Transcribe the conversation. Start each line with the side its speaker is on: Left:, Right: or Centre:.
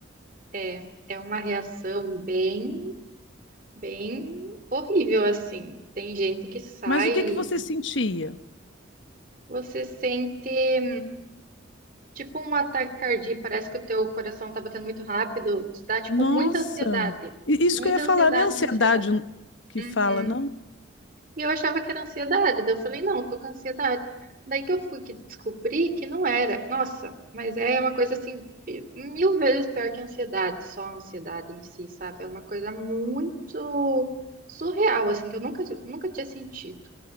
Right: é, é uma reação bem bem horrível assim. Tem gente que sai,
Left: Mas o que que você sentia?
Right: você sente Tipo um ataque cardíaco, parece que o teu coração tá batendo muito rápido, te dá tipo
Left: Nossa!
Right: muita ansiedade.
Left: I- Isso
Right: Muita
Left: que eu ia falar,
Right: ansiedade,
Left: não é ansiedade
Right: muita ansiedade.
Left: que
Right: Uhum.
Left: fala, não?
Right: E eu achava que era ansiedade, daí eu falei, não, tô com ansiedade. Daí que eu fui que descobri que não era. Nossa, mas é uma coisa assim, mil vezes pior que a ansiedade, só a ansiedade em si, sabe? É uma coisa muito surreal, assim, que eu nunca, nunca tinha sentido.